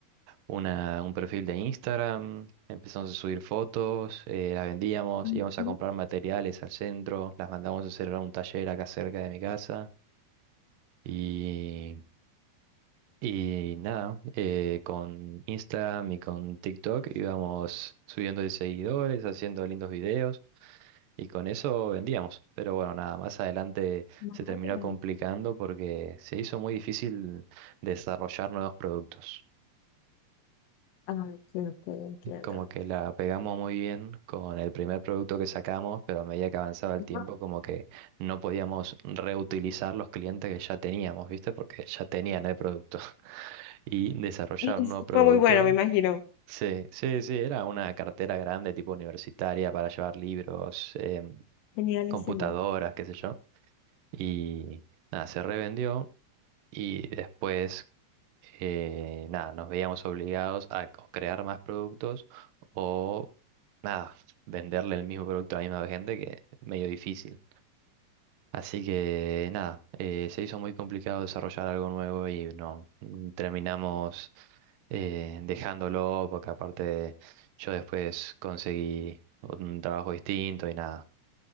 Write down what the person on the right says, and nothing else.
una- un perfil de Instagram, empezamos a subir fotos, eh, las vendíamos,
íbamos a comprar materiales al centro, las mandamos a hacer a un taller acá cerca de mi casa. y Y nada, eh, con Instagram y con TikTok íbamos subiendo de seguidores, haciendo lindos videos y con eso vendíamos. Pero bueno, nada, más adelante
se terminó complicando porque se hizo muy difícil desarrollar nuevos productos.
Como que la pegamos muy bien con el primer producto que sacamos, pero a medida que avanzaba el
tiempo, como que no podíamos reutilizar los clientes que ya teníamos, ¿viste? Porque ya tenían el producto <laughs> y desarrollar
un nuevo producto.
Sí, sí, sí, era una cartera grande, tipo universitaria, para llevar libros, em,
computadoras, qué sé yo. Y nada, se revendió y después, eh, nada, nos veíamos obligados a o crear más productos o, nada, venderle el mismo producto a la misma gente, que medio difícil. Así que nada, eh, se hizo muy complicado desarrollar algo nuevo y no mm, terminamos eh, dejándolo porque aparte yo después conseguí un trabajo distinto y nada,